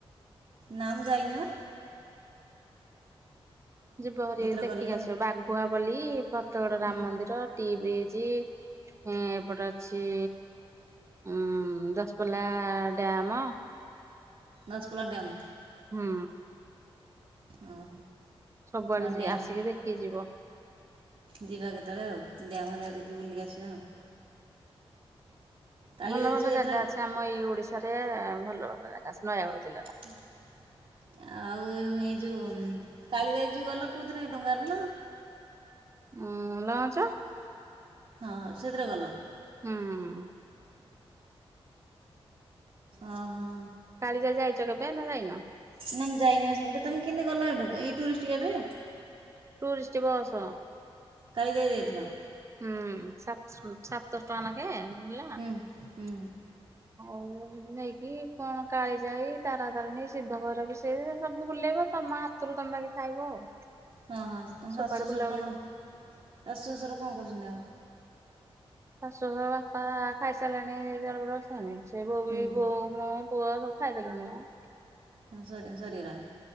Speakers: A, on the right; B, on the right.
A: ନା ମୁଁ ଯାଇନି ମ।
B: ଯିବ ହାରି
A: ଏଥର
B: ଦେଖିକି
A: ଗଲେ
B: ଆସିବ, ବାଘୁଆ ପଲି, ଫତେଗଡ ରାମ
A: ହୁଁ
B: ମନ୍ଦିର। ସି ବିଚ୍, ଏଁ ଏପଟେ ଅଛି ଉଁ ଉଁ ଦଶପଲା ଡ୍ୟାମ।
A: ଦଶପଲ ଡ୍ୟାମ୍,
B: ହୁଁ
A: ଓହୋ।
B: ସବୁଆଡେ
A: ହଁ ଡ୍ୟାମ୍
B: ଆସିକି ଦେଖି ଯିବ।
A: ଯିବା କେତେବେଳେ ଆଉ, ଡ୍ୟାମ୍ ରା ଦେଖିକି ବୁଲିକି ଆସିବା ଆଉ। କାଳିଜାଇ
B: ଭଲ ଭଲ
A: ଯେଉଁ
B: ଜାଗା
A: ଏଥର
B: ଅଛି ଆମ ଏଇ ଓଡିଶାରେ, ଭଲ ଭଲ ଜାଗା, ଅ ନୟାଗଡ଼ ଜିଲ୍ଲାର।
A: <unintelligible> ଆଉ ଏଇ ଯୋଉ, କାଳିଜାଇ ଯୋଉ ଗଲ, କୋଉଥିରେ ଡଙ୍ଗାରେ ନା?
B: ଉଁ ଉଁ ଲଞ୍ଚ।
A: ହଁ ସେଥିରେ ଗଲ?
B: ହୁଁ ଉଁ
A: ଓ ହୋ।
B: କାଲିଜାଇ ଯାଇଚ କେବେ, ନା ଯାଇନ?
A: ନା ମୁଁ ଯାଇନି ଆ ସେପଟେ, ତମେ କେନେ ଗଲ ହେଠୁ, ଏଇ ଟୁରିଷ୍ଟ ଗାଡି ରେ
B: ଟୁରିଷ୍ଟ ବସ୍।
A: କାଳିଜାଇ ଯାଇଥିଲ?
B: ହୁଁ, ସାତ ସାତଶହ ଟଙ୍କା ନା କେ ନେଲା।
A: ହୁଁ
B: ଆଉ
A: ହୁଁ
B: ନେଇକି, କଣ କାଳିଜାଇ, ତାରାତାରେଣୀ ସିଧଘର ବି ସେ ସବୁ ବୁଲେଇବ, ତମ ହାତରୁ ତମେ ବାକି ଖାଇବ ଆଉ।
A: ହଁ ହଁ ତମ
B: ସବୁଆଡେ
A: ଶାଶୁ ଶ୍ୱଶୁର
B: ବୁଲାବୁଲି
A: କଣ,
B: କରି
A: ଶାଶୁ ଶ୍ୱଶୁର କଣ କରୁଚନ୍ତି ଆଉ?
B: ଶାଶୁଘ ବାପା ଖାଇସାରିଲେଣି, <unintelligible> ଗୋଟେ <unintelligible> ସେ ବୋଉ
A: ହୁଁ
B: ବି ବୋଉ ମୁଁ ପୁଅ ସବୁ ଖାଇଦେଲୁଣି ମ।
A: ହ ସ ସରି ଗଲାଣି।